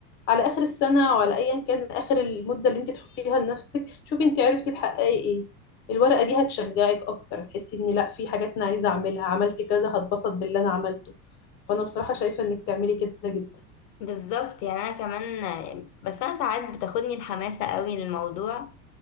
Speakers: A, on the left; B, on the left.
A: على اخر السنه وعلى ايا كان اخر المده اللي انت تحطيها لنفسك شوفي انت عرفتي تحققي ايه الورقه دي هتشجعك اكتر هتحسي ان لا في حاجات انا عايزه اعملها عملت كذا هتبسط باللي انا عملته فانا بصراحه شايفه انك تعملي كده جدا
B: بالظبط يعني انا كمان بس انا ساعات بتاخدني الحماسه قوي للموضوع